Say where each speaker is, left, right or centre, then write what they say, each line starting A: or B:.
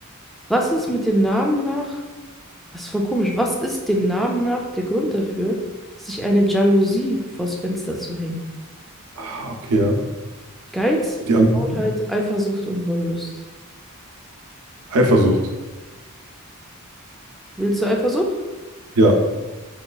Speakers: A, in the centre; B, on the right.
A: Was ist mit dem Namen nach? Das ist voll komisch. Was ist dem Namen nach der Grund dafür, sich eine Jalousie vors Fenster zu hängen?
B: Ah, okay, ja.
A: Geiz,
B: Die anderen?
A: Faulheit, Eifersucht und Wollust.
B: Eifersucht.
A: Willst du Eifersucht?
B: Ja,